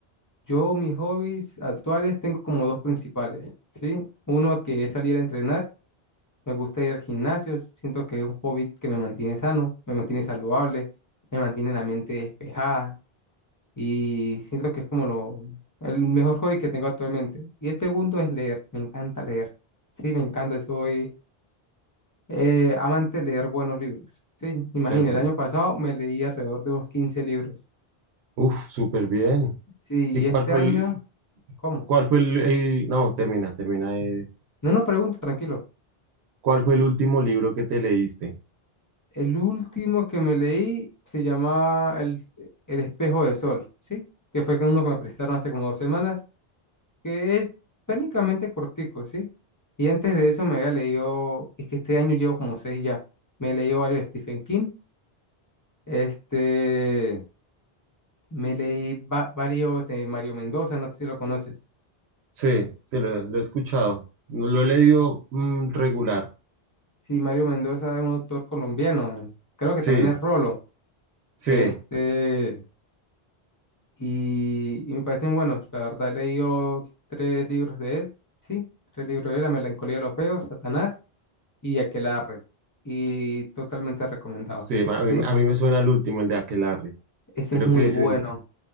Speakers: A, on the left; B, on the right.
A: yo, mis hobbies actuales tengo como dos principales, ¿sí? Uno que es salir a entrenar, me gusta ir al gimnasio, siento que es un hobby que me mantiene sano, me mantiene saludable, me mantiene la mente despejada y siento que es como lo, el mejor hobby que tengo actualmente. Y el segundo es leer, me encanta leer. Sí, me encanta, soy eh, amante de leer buenos libros. Sí, imagina,
B: Perfecto.
A: el año pasado me leí alrededor de unos 15 libros.
B: Uf, súper bien.
A: Sí,
B: ¿Y
A: y
B: cuál
A: este
B: fue
A: año,
B: el,
A: ¿cómo?
B: cuál fue el, el- no, termina, termina. eh,
A: No, no pregunto, tranquilo.
B: ¿cuál fue el último libro que te leíste?
A: El último que me leí se llamaba El, El espejo de sol, ¿sí? Que fue que uno que me prestaron hace como dos semanas que es técnicamente cortico, ¿sí? Y antes de eso me había leído, es que este año llevo como seis ya, me he leído varios de Stephen King, este, me leí va- varios de Mario Mendoza, no sé si lo conoces.
B: Sí, sí, lo, lo he escuchado. No lo he leído mm, regular.
A: Sí, Mario Mendoza es un autor colombiano, creo que
B: Sí,
A: también es Rolo,
B: sí,
A: este, y, y me parecen buenos, la verdad he leído tres libros de él, sí, tres libros de él, La melancolía de los feos, Satanás y Aquelarre, y totalmente recomendados.
B: sí. A mí,
A: ¿sí?
B: a mí me suena el último, el de Aquelarre.
A: Ese
B: Creo
A: es muy
B: que
A: bueno.
B: ese es,